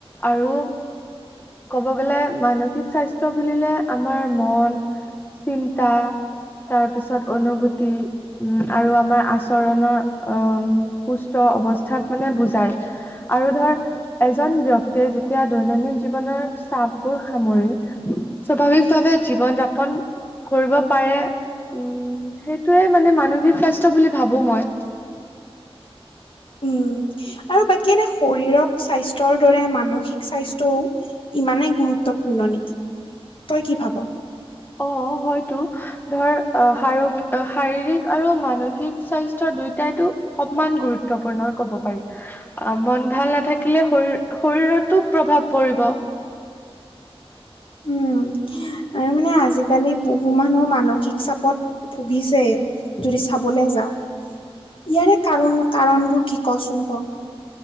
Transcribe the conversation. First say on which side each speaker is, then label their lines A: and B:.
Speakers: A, on the left; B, on the left.
A: আৰু ক'ব গ'লে মানসিক স্বাস্থ্য বুলিলে আমাৰ মন চিন্তা তাৰপিছত অনুভূতি উম আৰু আমাৰ আচৰণৰ অম সুস্থ অৱস্থাক মানে বুজাই। আৰু ধৰ এজন ব্যক্তিয়ে যেতিয়া দৈনন্দিন জীৱনৰ চাপবোৰ সামৰি স্বাভাৱিক ভাৱে জীৱন যাপন কৰিব পাৰে উম সেইটোয়ে মানে মানসিক স্বাস্থ্য বুলি ভাবো মই।
B: উম আৰু বাকী এনে শৰীৰক স্বাস্থ্যৰ দৰে মানসিক স্বাস্থ্যও ইমানেই গুৰুত্বপূৰ্ণ নেকি। তই কি ভাব?
A: অ হয়তো ধৰ আহ শাৰ শাৰীৰিক আৰু মানসিক স্বাস্থ্য দুইটাইটো সপমান গুৰুত্বপূৰ্ণই ক'ব পাৰি। অ মন ভাল নাথাকিলে শৰ শৰীৰতো প্ৰভাৱ পৰিব।
B: উম আৰু মানে আজিকালি বহু মানুহ মানসিক চাপত। ভুগিছে যদি চাবলৈ যাওঁ। ইয়াৰে কাৰণ কাৰণবোৰ কি কচোন ক?